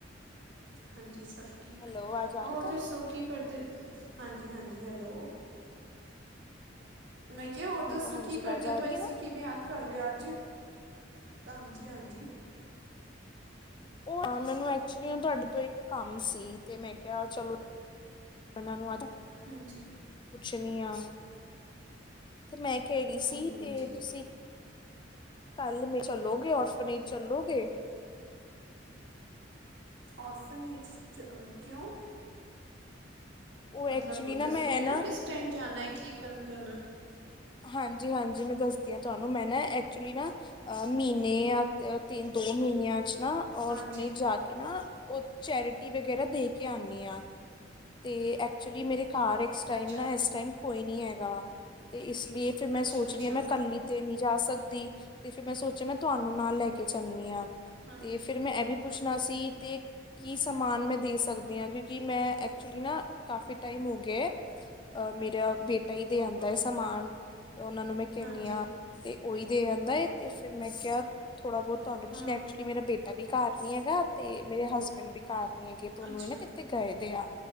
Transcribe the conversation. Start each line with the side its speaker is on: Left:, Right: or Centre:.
Right: ਹਾਂਜੀ ਸਭ ਠੀਕ
Left: ਹੈਲੋ ਆਵਾਜ਼ ਆ
Right: ਹੋਰ
Left: ਰਹੀ ਤੁਹਾਨੂੰ
Right: ਦੱਸੋ ਕੀ ਕਰਦੇ ਹਾਂਜੀ, ਹਾਂਜੀ, ਹੈਲੋ ਮੈਂ ਕਿਹਾ ਹੋਰ ਦੱਸੋ
Left: ਹੈਲੋ ਹਾਂਜੀ
Right: ਕੀ ਕਰਦੇ
Left: ਆਵਾਜ਼ ਆ ਰਹੀ
Right: ਪਏ
Left: ਹੈ
Right: ਸੀ।
Left: ਨਾ
Right: ਕਿਵੇਂ ਯਾਦ ਕਰ ਲਿਆ ਅੱਜ? <unintelligible> ਹਾਂਜੀ, ਹਾਂਜੀ
Left: ਹਾਂ ਮੈਨੂੰ ਐਕਚੁਲੀ ਤੁਹਾਡੇ ਤੋਂ ਇੱਕ ਕੰਮ ਸੀ, ਤੇ ਮੈਂ ਕਿਹਾ ਚਲੋ ਇਹਨਾਂ ਨੂੰ ਅੱਜ
Right: ਹਾਂਜੀ
Left: ਚੁਣੀਆਂ ਤੇ ਮੈਂ ਕਹਿ ਰਹੀ
Right: ਹਾਂਜੀ
Left: ਸੀ, ਤੇ
Right: ਹਾਂਜੀ
Left: ਤੁਸੀਂ ਕੱਲ੍ਹ ਮੈਂ ਚੱਲੋਗੇ ਔਰਫਨੇਜ ਚੱਲੋਗੇ?
Right: ਔਰਫਨੇਜ ਚ ਕਿਉਂ?
Left: ਉਹ
Right: ਮਤਲਬ
Left: ਐਕਚੁਲੀ
Right: ਦੱਸੋਗੇ,
Left: ਮੈਂ
Right: ਨਾ ਕਿਸ ਟਾਈਮ ਜਾਣਾ? ਕੀ ਕਰਨ ਜਾਣਾ
Left: ਹਾਂਜੀ, ਹਾਂਜੀ ਮੈਂ ਦੱਸਦੀ ਹਾਂ ਤੁਹਾਨੂੰ ਮੈਂ ਨਾ ਐਕਚੁਲੀ ਨਾ ਅ ਮਹੀਨੇ ਜਾਂ ਤਿੰਨ ਦੋ ਮਹੀਨਿਆਂ ਚ ਨਾ ਔਰਫਨੇਜ
Right: ਹਾਂਜੀ
Left: ਜਾ ਕੇ ਨਾ ਉਹ ਚੈਰਿਟੀ ਵਗੈਰਾ ਦੇ ਕੇ ਆਉਂਦੀ ਆ। ਤੇ ਐਕਚੁਲੀ ਮੇਰੇ ਘਰ ਇਸ ਟਾਈਮ
Right: ਅੱਛਾ
Left: ਨਾ ਇਸ ਟਾਈਮ ਕੋਈ ਨੀ ਹੈਗਾ। ਤੇ ਇਸ ਲੀਏ ਫੇ ਰ ਮੈਂ
Right: ਅੱਛਾ
Left: ਸੋਚ
Right: ਅੱਛਾ
Left: ਰਹੀ ਹਾਂ, ਮੈਂ ਕੱਲੀ ਤੇ ਨਹੀਂ ਜਾ ਸਕਦੀ। ਤੇ ਫੇਰ ਮੈਂ ਸੋਚਿਆ, ਮੈਂ ਤੁਹਾਨੂੰ ਨਾਲ ਲੈ ਕੇ ਚੱਲਨੀ ਆਂ।
Right: ਹਾਂਜੀ
Left: ਤੇ, ਫਿਰ ਮੈਂ ਇਹ ਵੀ ਪੁੱਛਣਾ ਸੀ। ਤੇ ਕੀ ਸਮਾਨ ਮੈਂ ਦੇ ਸਕਦੀ ਹਾਂ, ਕਿਉਂਕਿ ਮੈਂ ਐਕ ਐਕਚੁਲੀ ਨਾ ਕਾਫੀ ਟਾਈਮ ਹੋ ਗਿਆ ਅ ਮੇਰਾ ਬੇਟਾ ਹੀ ਦੇ ਆਉਂਦਾ ਹੈ, ਸਮਾਨ ਓਹਨਾਂ ਨੂੰ ਮੈਂ ਕਹਿੰਨੀ
Right: ਹਾਂਜੀ
Left: ਆਂ ਤੇ। ਓਈ ਦੇ ਆਂ ਬਏ ਤੇ ਫੇਰ ਮੈਂ ਕਿਆ। ਥੋੜਾ ਬੋਤ ਤੁਹਾਨੂੰ ਕੁਛ
Right: ਹਾਂ
Left: ਐਕਚੁਅਲੀ ਮੇਰਾ ਬੇ ਐਵੀ ਘਰ ਨੀ ਹੈਗਾ ਤੇ ਮੇਰੇ ਹਸਬੈਂਡ ਵੀ ਘਰ ਨੀ ਹੈਗੇ ਦੋਨੋ
Right: ਅੱਛਾ
Left: ਏ ਨਾ ਕਿੱਥੇ ਗਏ ਦੇ ਆ।